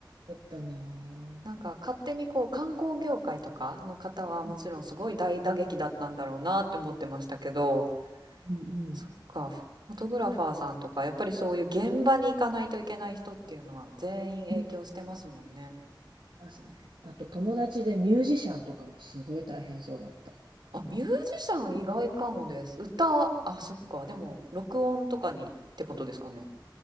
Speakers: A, on the right; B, on the right.
A: だったな
B: なんか勝手にこう観光業界とかの方はもちろんすごい大打撃だったんだろうなって思ってましたけど、
A: ぁ。うんうん
B: そっか、フォトグラファーさんとか、やっぱりそういう現場に行かないといけない人っていうのは全員影響してますもんね。
A: うんますね。あと友達でミュージシャンとかもすごい大変そうだった。だか
B: あ、ミュージシャン意外かもです。歌、はあ、そっか、でも録音とかにってことですかね。